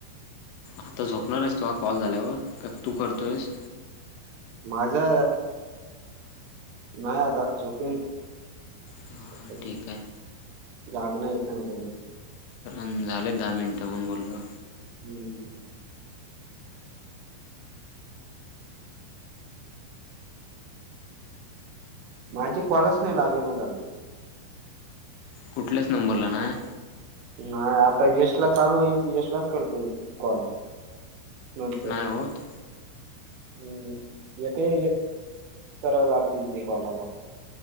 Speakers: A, on the left; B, on the right.
A: आता झोपणार आहेस तु कॉल झाल्यावर का तू करतोयस
B: माझा नाही आता झोकेन
A: हां
B: सक
A: ठीक आहे
B: जाग नाही येत तर
A: झालेत दहा मिनिटं म्हणून बोललो.
B: हम्म माझे कॉलच नाही लागे ना झाले.
A: कुठल्याच नंबरला नाय?
B: नाही आता यशला चालू आहेत, यशलाच करतो, कॉल. नंतर
A: नाही होत
B: हम् एक एक करावे लागतील ते कॉल आता.